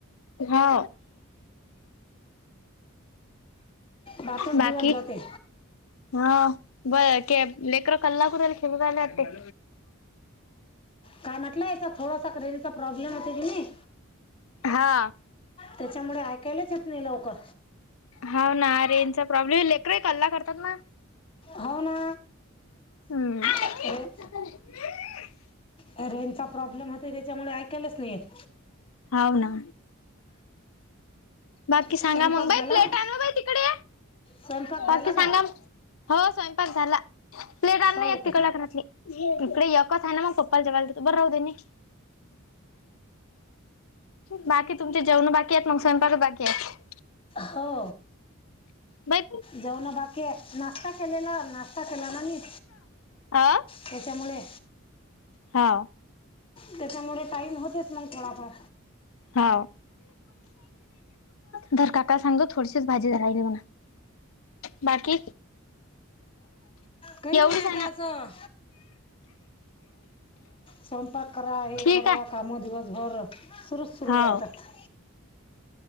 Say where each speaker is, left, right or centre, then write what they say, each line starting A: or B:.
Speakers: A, on the left; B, on the left.
A: हा.
B: बातच
A: बाकी
B: दिवस जाते.
A: हा ब के लेकर्र कलकुरल खेलला अटे.
B: कानातल्याचा याचा थोडसा क्रेन चा प्रॉब्लेम होते की नाही.
A: हा.
B: त्याच्यामुळे ऐकायलाच येत नाही लवकर.
A: हाव ना रेजचा प्रॉब्लेम लेकरे कल्ला करतात ना.
B: हो ना.
A: <unintelligible>
B: अरे रेंजचा प्रॉब्लेम होता त्याच्यामुळे ऐकालाच नाही येत.
A: हाव ना. बाकी सांगा
B: स्वयंपाक
A: मग
B: झाला
A: बाई प्लेट आहे ना बाई तिकडे.
B: स्वयंपाक झाला
A: बाकी सांगा
B: काय
A: हो स्वयंपाक झाला. प्लेट आना
B: हो
A: एक तिकडल्या
B: का
A: घरातली. इकडे एकच आहे ना मग पप्पाला जेवायलादेतो. बरं राहू दे न्हे. बाकी तुमचे जेवण बाकी आहेत मग स्वयंपाक बाकी. आहेत.
B: हो.
A: बाई
B: जेवण बाकीये नाश्ता केलेला नाश्ता केला ना मी
A: आ.
B: त्याच्यामुळे
A: हा.
B: त्याच्यामुळे टाईम होतेच मंग थोडफार
A: हा. धर, काका सांग जा थोडीशीच भाजी राहिली म्हणा. बाकी
B: काही
A: ऐवढीच
B: नाही आता
A: आहे ना
B: असं स्वयंपाक करा हे
A: ठीक
B: करा
A: आहे.
B: कामं दिवसभर सुरूच सुरू
A: हाव
B: राहीतात.